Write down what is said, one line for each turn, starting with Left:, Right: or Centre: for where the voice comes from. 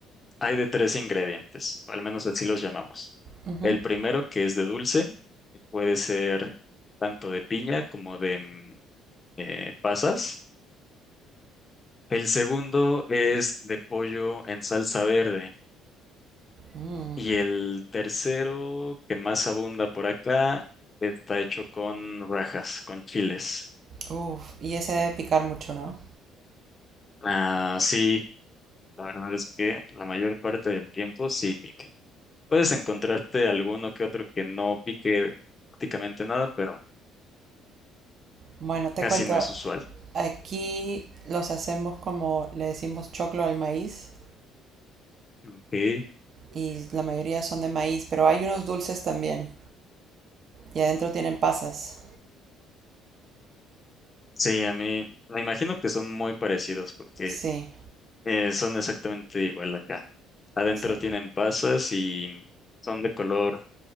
Left: hay de tres ingredientes, o al menos así los llamamos.
Right: Ujú.
Left: El primero, que es de dulce, que puede ser tanto de piña como de mm, eh, pasas. El segundo es de pollo en salsa verde.
Right: Mm.
Left: Y el tercero, que más abunda por acá, está hecho con rajas, con chiles.
Right: Uf, y ese debe picar mucho, ¿no?
Left: Ah, sí, la verdad es que la mayor parte del tiempo sí pique. Puedes encontrarte alguno que otro que no pique prácticamente nada, pero
Right: Bueno, te
Left: casi
Right: cuento,
Left: no es usual.
Right: aquí los hacemos como le decimos choclo al maíz
Left: Ok.
Right: y la mayoría son de maíz, pero hay unos dulces también y adentro tienen pasas.
Left: Sí, a mí me imagino que son muy parecidos porque
Right: Sí,
Left: eh, son exactamente igual acá. Adentro
Right: sí.
Left: tienen pasas y son de color